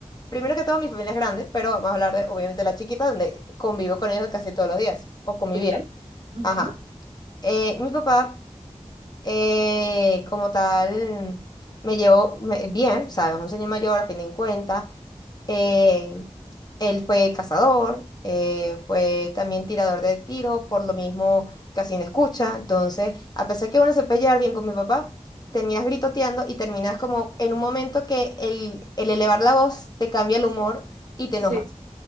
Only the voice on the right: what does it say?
Ok. ujú,
Sí.